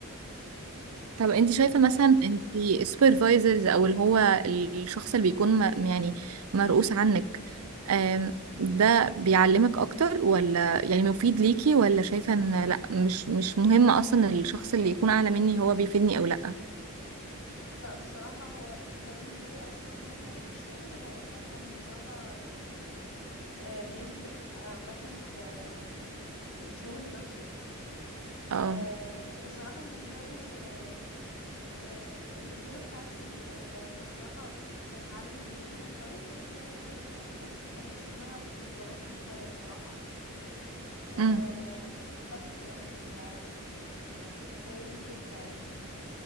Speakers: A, on the right; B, on the left.
A: طب انت شايفة
B: طيب
A: مثلا انت السوبرفايزرز او اللي هو الشخص اللي بيكون م- يعني مرؤوس عنك آم، ده بيعلمك اكتر ولا يعني مفيد ليكي ولا شايفة ان لا مش مش مهم اصلا الشخص اللي يكون اعلى مني هو بيفيدني او لا
B: لا بصراحة هو ده بالنسبة لي أصلا أهم حاجة في الشغل هو أكتر حد بصراحة يعني آه، بيفرق عامة في في الشغل نفسه
A: اه
B: آه، بصراحة بالنسبة لي آه، آه، المديرة بتاعتي هي الصراحة بتعلم منها كويس بس زي ما قلت يعني بس بحس انها بتضغطني شوية بصراحة آه،
A: امم
B: بس يعني ف... فهي دي الفكرة يعني